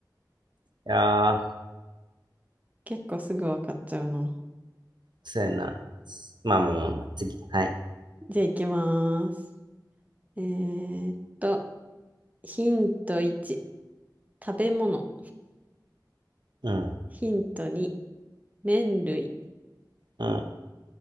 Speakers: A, on the right; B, on the right.
A: いやー、
B: 結構すぐ分かっちゃうな。
A: そうやな。まあまあまあまあ、次。はい。
B: じゃあ行きます。えーっと、ヒント1。食べ物。
A: うん、
B: ヒント2、麺類。
A: うん、